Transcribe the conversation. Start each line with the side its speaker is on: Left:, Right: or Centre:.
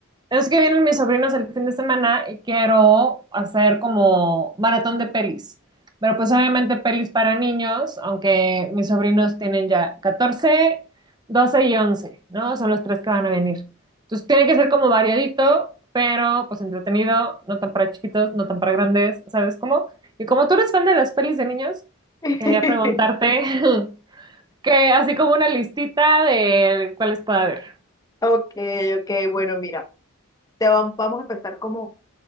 Right: Es que vienen mis sobrinos el fin de semana y quiero hacer como maratón de pelis. Pero pues obviamente pelis para niños, aunque mis sobrinos tienen ya 14, 12 y 11, ¿no? Son los tres que van a venir. Entonces tiene que ser como variadito, pero pues entretenido, no tan para chiquitos, no tan para grandes, ¿sabes cómo? Y como tú eres fan de las pelis de niños,
Left: <laughs>
Right: quería preguntarte... <laughs> Que así como una listita de cuáles puede haber.
Left: Ok, ok, bueno, mira, te va- vamos a empezar como